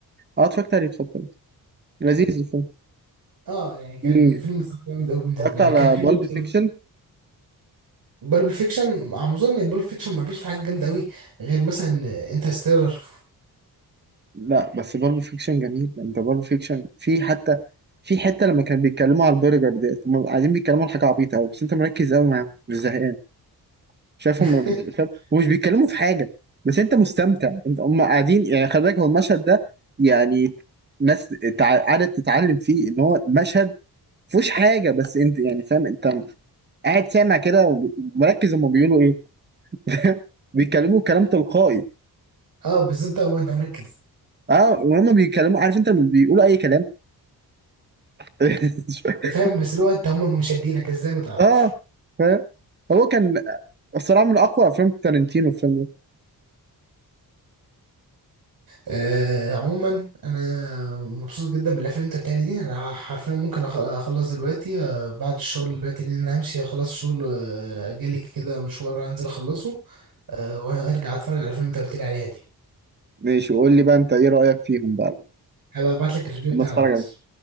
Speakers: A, on the right; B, on the right.
A: آه، اتفرجت عليه اتفرجت عليه لذيذ الفيلم
B: اه يعني كان
A: مم.
B: فيلم الصراحة جامد قوي بالنسبه
A: اتفرجت على
B: لي كان في
A: بالب
B: برضه
A: فيكشن
B: بالب فيكشن على ما اظن ان بالب فيكشن ما فيش في حاجه جامده قوي غير مثلا انترستيلر
A: لا بس بالب فيكشن جميل انت بالب فيكشن في حتى في حته لما كانوا بيتكلموا على البرجر ديت هم قاعدين بيتكلموا على حاجه عبيطه قوي بس انت مركز قوي معاهم مش زهقان شايفهم
B: <laughs>
A: شايف ومش بيتكلموا في حاجه بس انت مستمتع انت هم قاعدين يعني خلي بالك هو المشهد ده يعني ناس تع- قعدت تتعلم فيه ان هو مشهد مفهوش حاجه بس انت يعني فاهم انت قاعد سامع كده وب- ومركز هم بيقولوا ايه <laughs> بيتكلموا كلام تلقائي
B: اه بس انت هو انت مركز
A: اه وهم بيتكلموا عارف انت لما بيقولوا اي كلام <laughs>
B: فاهم بس اللي هو انت هم مشدينك ازاي ما تعرفش
A: اه فاهم هو كان الصراحه من اقوى افلام تارنتينو الفيلم ده
B: آه عموما انا مبسوط جدا بالافلام اللي انت قلتها لي دي انا حرفيا ممكن أخ- اخلص دلوقتي آه بعد الشغل دلوقتي لان انا همشي اخلص الشغل آه جالي كده مشوار هنزل اخلصه آه وهرجع اتفرج على الافلام اللي انت قلت لي عليها دي
A: ماشي وقول لي بقى انت ايه رايك فيهم بقى
B: هبقى ابعت لك الريفيو
A: لما
B: بتاع
A: اتفرج
B: الواتس
A: عليهم